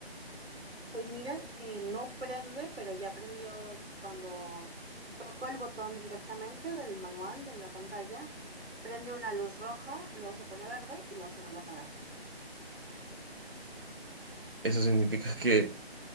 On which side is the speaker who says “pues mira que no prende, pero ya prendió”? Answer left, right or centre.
Right